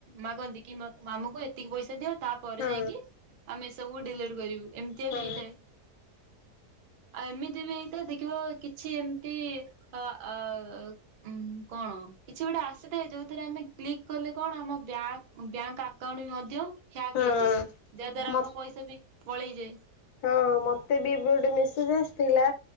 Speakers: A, on the right; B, on the left.
A: ମାଗନ୍ତି କି ଆମୁକୁ ଏତିକି ପଇସା ଦିଅ। ତା ପରେ
B: ହଁ
A: ଯାଇକି ଆମେ ସବୁ ଡିଲେଟ କରିବୁ ଏମିତିଆ
B: ହଁ
A: ବି ହେଇଥାଏ। ଆଉ ଏମିତି ବି ଏଇ ତ ଦେଖିବ କିଛି ଏମିତି ଅ ଅ ଉଁ କଣ କିଛି ଗୋଟେ ଆସିଥାଏ ଯୋଉଥିରେ ଆମେ କ୍ଲିକ କଲେ କଣ ଆମ ବ୍ୟାଙ୍କ ଆ କାଉଣ୍ଟ ବି ମଧ୍ୟ ହ୍ୟାକ୍
B: ହଁ।
A: ହେଇଯାଏ ଯାହା ଦ୍ଵାରା
B: ମତ
A: ଆମ ପଇସା ବି ପଳେଇଯାଏ।
B: ହଁ ମତେ ବି ଏବେ ଗୋଟେ ମେସେଜ ଆସିଥିଲା।